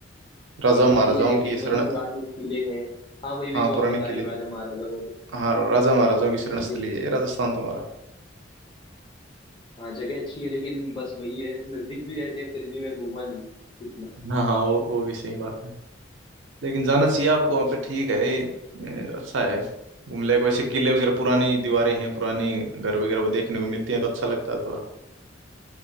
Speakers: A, on the right; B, on the left.
A: राजाओं
B: तो वही
A: महाराजाओं
B: चीजें देखनी
A: की
B: है
A: ये शरण
B: मतलब पुराने किले हैं हाँ वही वही
A: हाँ
B: जो
A: पुराने
B: आप बता
A: किले
B: रहे हो राजा महाराजाओं वाली
A: हाँ राजा महाराजाओं की
B: वही
A: शरण
B: चीजें
A: स्थली है ये राजस्थान
B: बस
A: तुम्हारा
B: हाँ जगह अच्छी है लेकिन बस वही है नजदीक भी रहते हैं फिर भी मैं घूमा नहीं इतना
A: हाँ हाँ वो वो भी सही बात है लेकिन जाना चाहिए आपको वहाँ पे ठीक है अ, अच्छा है घूम ले वैसे किले वगैरह पुरानी दीवारें हैं पुराने घर वगैरह वो देखने को मिलते हैं तो अच्छा लगता है थोड़ा